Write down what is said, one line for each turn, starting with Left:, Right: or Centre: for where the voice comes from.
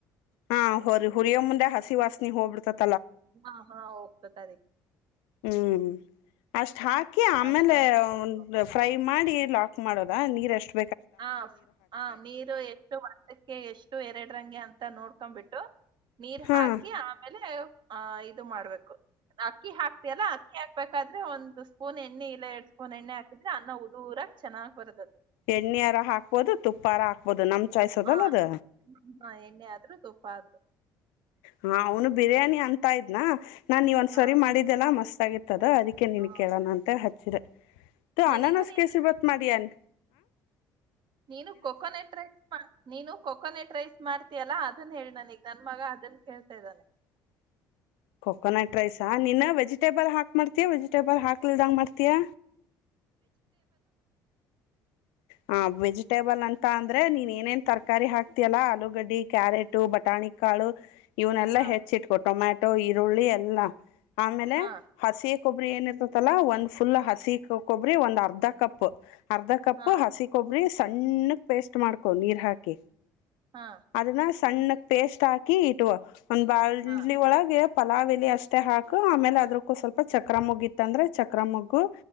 Left: ಹಾ ಹೊ ಹುರಿಯೋ ಮುಂದೆ ಹಸಿ ವಾಸನಿ ಹೋಗ್ಬಡ್ತತಿ.
Right: ಹಾ ಹಾ <unintelligible>
Left: ಹ್ಮ್ ಅಷ್ಟ. ಹಾಕಿ ಆಮೇಲೆ
Right: ಅಷ್ಟೇ ಮಾಡ್ಬೇಕು ನೋಡಿ
Left: ಫ್ರೈ ಮಾಡಿ. ಲಾಕ್ ಮಾಡೋದ ನೀರ್ ಎಷ್ಟು.
Right: ಹ ಹ ನೀರು ಎಷ್ಟು ಒಂದಕ್ಕೆ ಎಷ್ಟು ಎರಡ ರಂಗೆ ಅಂತ ನೋಡ್ಕೊಂಡ್ಬಿಟ್ಟು ನೀರ್
Left: ಹ್ಮ್
Right: ಹಾಕಿ ಆಮೇಲೆ. ಹ ಇದು ಮಾಡ್ಬೇಕು ಅಕ್ಕಿ ಹಾಕ್ತಿಯಲ್ಲ ಅಕ್ಕಿ ಹಾಕ್ಬೇಕ. ಆದ್ರೆ ಒಂದು ಸ್ಪೂನ್ ಎಣ್ಣೆ ಇಲ್ಲ ಎರಡ್ ಸ್ಪೂನ್ ಎಣ್ಣೆ ಹಾಕಿದ್ರೆ ಅನ್ನ ಉದರಾಕ್ ಚನ್ನಾಗ್ ಬರದದೆ.
Left: ಎಣ್ಣಿ ಹರ ಹಾಕ್ಬಹದು ತುಪ್ಪ ಹರ ಹಾಕ್ಬೋದು ನನ್ನ ಚಾಯ್ಸ್
Right: ಹಾ
Left: ದಲ್ಲದ.
Right: ಹಾ ಎಣ್ಣೆ ಆದ್ರು ತುಪ್ಪ ಆದ್ರು.
Left: ಹ ಅವನು ಬಿರಿಯಾನಿ ಅಂತ ಇದ್ನಾ. ನಾನು ನೀವ ಒಂದ್
Right: ಹಾ
Left: ಸಾರಿ ಮಾಡಿದ್ದಲ್ಲ ಮಸ್ತ್. <unintelligible> ತ್ತದ ಅದಕ್ಕೆ ನೀನಗ
Right: ಹಾ
Left: ಕೇಳೋಣ ಅಂತ ಹ ಚಿದೆ. ತ
Right: ನನಿಗೂ
Left: ಅನಾನಾಸ
Right: ನೀನು
Left: ಕೇಸರಿಬಾತ್ ಮಾಡಿಏನ್.
Right: ನೀನು ಕೊಕೋನಟ್ ರೈಸ್ ನೀನು ಕೊಕೋನಟ್ ರೈಸ್ ಮಾಡ್ತಿ ಯಲ್ಲ ಅದನ್ ಹೇಳ್ ನನೀಗ ನನ್ ಮಗ ಅದನ್ ಕೇಳ್ತಾ ಇದ್ದಾನೆ.
Left: ಕೊಕೋನಟ್ ರೈಸಾ ನೀನ್ ವೆಜಿಟೇಬಲ್ ಹಾಕ್ ಮಾಡ್ತಿಯಾ ವೆಜಿಟೇಬಲ್ ಹಾಕ್ಲಿಲ್ದಂಗ ಮಾಡ್ತಿಯಾ. ಹ ವೆಜಿಟೇಬಲ್ ಅಂತ ಅಂದ್ರೆ ನೀನ್ ಏನೇನ್ ತರಕಾರಿ ಹಾಕ್ತಿಯಲ್ಲಾ ಆಲೂಗಡ್ಡಿ ಕ್ಯಾರೆಟು ಬಟಾಣಿಕಾಳು. ಇವನ್ನಲ್ಲ
Right: ಹಾ
Left: ಹೆಚ್ಚಿಟ್ಕೊ ಟೊಮ್ಯಾಟ್. ಅವು ಈರುಳ್ಳಿ ಎಲ್ಲ. ಆಮೇಲೆ
Right: ಹಾ
Left: ಹಸಿ. ಕೊಬ್ಬರಿ ಏನಿರ್ತಲ್ಲ ಒಂದ್ ಫುಲ್ ಹಸಿ ಕೊಬರಿ ಒಂದು ಅರ್ಧ ಕಪ್ ಅರ್ಧ ಕಪ್. ಹ
Right: ಹಾ
Left: ಹಸಿ ಕೊಬ್ರೀ. ಸಣ್ಣಕ್ ಪೇಸ್ಟ್ ಮಾಡ್ಕೊ ನೀರ್ ಹಾಕಿ.
Right: ಹಾ
Left: ಅದನ್ನ. ತಣ್ಣಕ್ ಪೇಸ್ಟ್ ಹಾಕಿ ಇಟ್ಕೊ. ಒಂದು ಬಾಂಡ್ಲಿ
Right: ಹಾ
Left: ಒಳಗೆ. ಪಲಾವಿಲಿ ಅಷ್ಟ ಹಾಕು ಆಮೇಲೆ ಅದ್ರಕ್ಕೂ ಸ್ವಲ್ಪ ಚಕ್ರಮೊಗ್ಗ ಇತ್ತ ಅಂದ್ರೆ ಚಕ್ರಮೊಗ್ಗು